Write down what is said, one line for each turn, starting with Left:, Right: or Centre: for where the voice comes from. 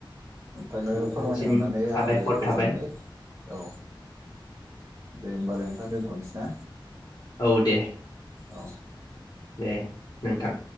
Right: नोंथनो
Left: नोंथांनिसिम
Right: फोरमायनो मोननानै
Left: साबायखर
Right: आंबो गोजोनबाय
Left: थाबाय
Right: औ। दे होमबालाय नोंथां दोनथ'नोसै ना?
Left: औ दे।
Right: औ।
Left: दे नोंथां।